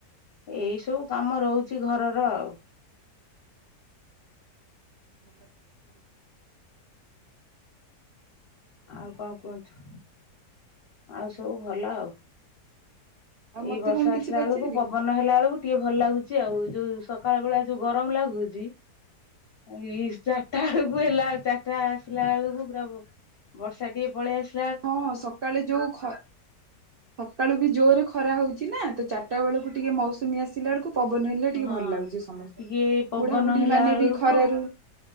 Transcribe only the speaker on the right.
<inaudible>
ଆଉ ମତେ
କଣ କିଛି
ପଚାରିବେ
କି?
ହଁ ସକାଳେ ଯୋଉ ଖ ସକାଳୁ ବି ଜୋରରେ ଖରା ହଉଚି ନା ତ ଚାରିଟା ବେଳକୁ ଟିକେ ମୌସୁମୀ ଆସିଲା ବେଳକୁ ପବନ ହେଲେ
ଟିକେ ଭଲ ଲାଗୁଛି ସମସ୍ତଙ୍କୁ
ବୁଢ଼ାାବୁଢ଼ୀ
ମାନେ
ବି ଖରାରୁ